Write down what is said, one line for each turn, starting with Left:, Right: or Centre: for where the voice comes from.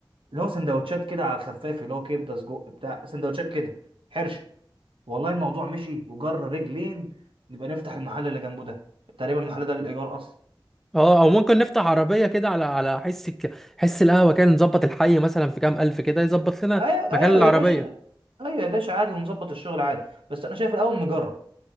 Right: اللي هو سندوتشات كده على الخفاف اللي هو كبده سجق بتاع سندوتشات كده حرشه والله الموضوع مشي وجر رجلين نبقى نفتح المحل اللي جنبه ده تقريبا المحل ده للايجار اصلا
Centre: اه او ممكن نفتح عربيه كده على على حس الك... حس القهوه كده نظبط الحي مثلا في كام الف كده يظبط لنا
Right: ايوه
Centre: مكان
Right: ايوه
Centre: العربيه
Right: يا باشا ايوه يا باشا عادي ونظبط الشغل عادي بس انا شايف الاول نجرب